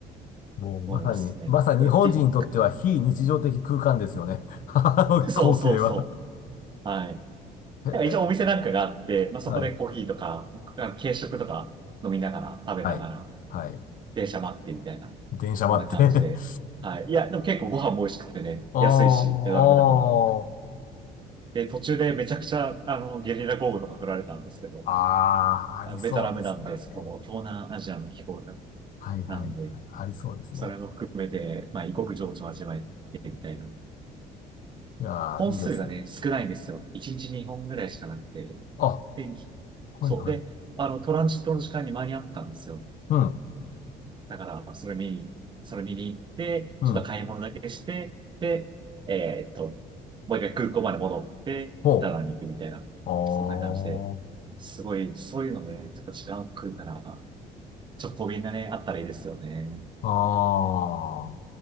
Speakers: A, on the left; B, on the right.
A: もうまさに、
B: 思いますね。
A: まさに日本人にとっては非日常的空間ですよね。
B: 結
A: <laughs> あの光景は。
B: そうそうそう。はい。
A: へえ
B: なんか一応お店なんかがあって、まあ、そこでコーヒーとか、
A: はい。
B: あの軽食とか飲みながら、食べながら、
A: はい。はい。
B: 電車待ってみたいな、
A: 電車待って。
B: そんな感じで。はい。いや、でも結構ご飯も美味しくてね、
A: <laughs>
B: 安いし、
A: ああ、
B: ベトナムだから。
A: あー
B: で、途中でめちゃくちゃ、あの、ゲリラ豪雨とか降られたんですけど、
A: あー、
B: あベトナムなんで、
A: ありそうですね。
B: そこも東南アジアの気候
A: はいはい。
B: なんで、
A: はいありそうですね。
B: それも含めて、まあ、異国情緒を味わえてみたいな。
A: いやー、
B: 本数がね、
A: いいですね。
B: 少ないんですよ。1日2本ぐらいしかなくて。
A: あ、
B: で、ぎそう。
A: はいはい。
B: で、あの、トランジットの時間に間に合ったんですよ。
A: うん、
B: だから、それ見に、それ見に行って、
A: うん。
B: ちょっと買い物だけして、で、えーっと、もう一回空港まで戻って、
A: ほ
B: ダナンに行くみたいな、
A: う。おー、
B: そんな感じで、すごい、そういうのね、ちょっと時間を食うから、直行便がね、あったらいいですよね。
A: あ